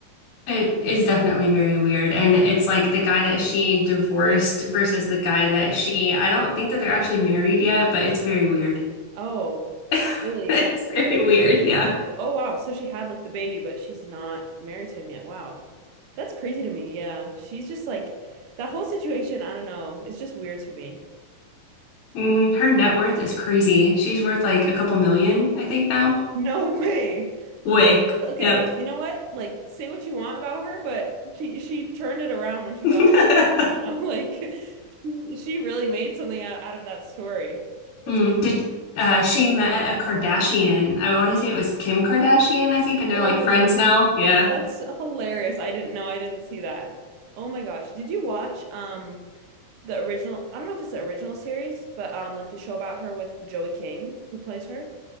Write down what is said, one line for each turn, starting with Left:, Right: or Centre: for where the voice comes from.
Left: It is definitely very weird. And it's like the guy that she divorced versus the guy that she, I don't think that they're actually married yet, but it's very weird.
Right: Oh,
Left: <laughs>
Right: really?
Left: It's very weird. Yeah.
Right: Oh wow, so she had like the baby, but she's not married to him yet. Wow. That's crazy to me. Yeah. She's just like that whole situation, I don't know, it's just weird to me. <laughs>
Left: hmm Her net worth is crazy. She's worth like a couple million, I think now.
Right: No way.
Left: Way.
Right: Okay,
Left: Yep.
Right: you know what? Like say what you want about her, but she she turned it around when she
Left: <laughs>
Right: got out of prison, you know? <laughs> Like she, she really made something out, out of that story. That's
Left: Mm, did uh, she met a Kardashian? I want to say it was Kim Kardashian, I think, and
Right: no
Left: they're like
Right: way.
Left: friends now. Yeah.
Right: That's hilarious. I didn't know. I didn't see that. Oh my gosh. Did you watch um the original, I don't know if it's the original series, but um like the show about her with Joey King, who plays her.